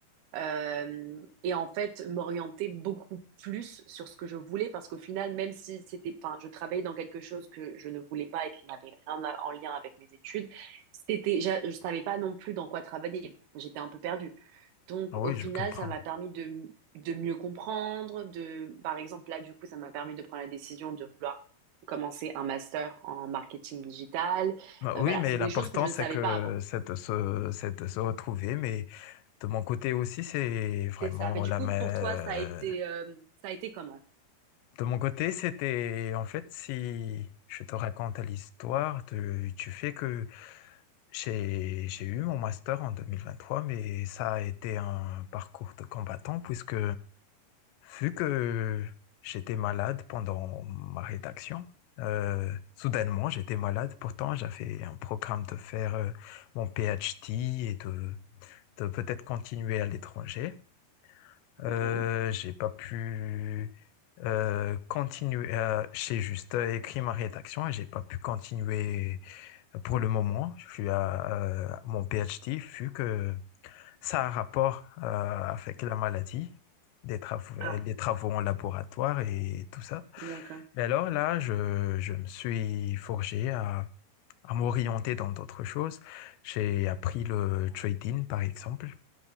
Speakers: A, on the right; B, on the left.
A: Euh, et en fait, m'orienter beaucoup plus sur ce que je voulais parce qu'au final, même si c'était, enfin, je travaillais dans quelque chose que je ne voulais pas et qui n'avait rien à- en lien avec mes études, c'était, j'a- je savais pas non plus dans quoi travailler. J'étais un peu perdue. Donc,
B: Oui,
A: au final,
B: je comprends.
A: ça m'a permis de, de mieux comprendre, de, par exemple, là, du coup, ça m'a permis de prendre la décision de vouloir commencer un master en marketing digital.
B: Bah Oui,
A: Euh, voilà,
B: mais
A: c'est
B: l'important,
A: des choses que je ne
B: c'est
A: savais
B: que
A: pas avant.
B: c'est de se, c'est de se retrouver. Mais de mon côté aussi, c'est vraiment
A: C'est ça. Mais du
B: la
A: coup,
B: même.
A: pour toi, ça a été, euh, ça a été comment?
B: De mon côté, c'était en fait, si je te raconte l'histoire, tu, tu fais que j'ai, j'ai eu mon master en 2023, mais ça a été un parcours de combattant puisque Vu que j'étais malade pendant ma rédaction, euh, soudainement j'étais malade. Pourtant, j'avais un programme de faire euh, mon PhD et de, de peut-être continuer à l'étranger. Euh,
A: Ok.
B: j'ai pas pu euh, continuer. euh, j'ai juste euh, écrit ma rédaction et j'ai pas pu continuer euh, pour le moment. Je suis à euh, mon PhD vu que ça a un rapport euh, avec la maladie, des travaux,
A: Ah,
B: les travaux en laboratoire et tout ça.
A: d'accord.
B: Mais alors là, je, je me suis forgé à, à m'orienter dans d'autres choses. J'ai appris le trading, par exemple.